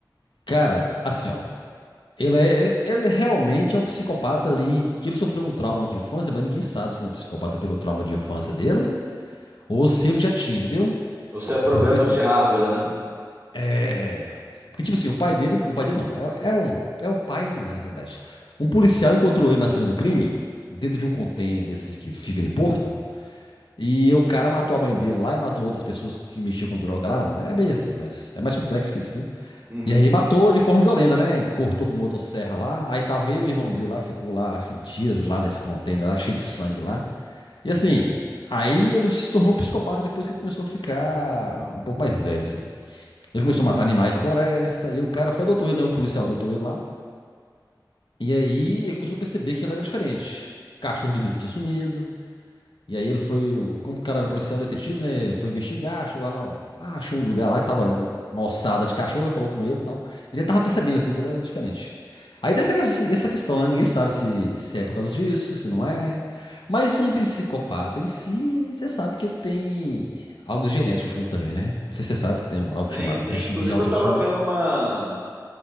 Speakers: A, on the left (about 80°); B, on the right (about 30°).
A: Cara, assim, ó. Ele, é, ele, ele realmente é um psicopata ali, que ele sofreu um trauma de infância, mas ninguém sabe se ele é um psicopata pelo trauma de infância dele ou se ele já tinha, entendeu?
B: Ou se é problema
A: Porque assim,
B: de hardware, né?
A: É. Porque, tipo assim, o pai dele. O pai dele não. É, é um, é o pai, não é, na realidade. Um policial encontrou ele na cena do crime, dentro de um container desses que fica em Porto. E o cara matou a mãe dele lá e matou outras pessoas que mexiam com droga lá. É bem assim, mas é mais complexo que isso, viu?
B: Uhum.
A: E aí matou de forma violenta, né? Cortou com motosserra lá. Aí tava ele o irmão dele lá, ficou lá, acho que dias lá nesse container lá, cheio de sangue lá. E assim, aí ele se tornou um psicopata depois que ele começou a ficar um pouco mais velho, assim. Ele começou a matar animais na floresta, e o cara foi adotou ele, né? O policial adotou ele lá. E aí ele começou a perceber que ele era diferente. O cachorro do vizinho tinha sumido. E aí ele foi, como o cara era policial detetive, né? Foi investigar, achou lá, na- ah, achou um lugar lá que tava uma ossada de cachorro, falou com ele e tal. Ele tava percebendo assim que ele era diferente. Aí tem essa, que- essa questão, né? Ninguém sabe se, se é por causa disso, se não é. Mas um psicopata em si, você sabe que ele tem algo genético junto também, né? Não sei se você sabe que tem algo
B: Sim,
A: chamado
B: sim.
A: trissomia
B: Inclusive
A: autossômica.
B: eu tava vendo uma.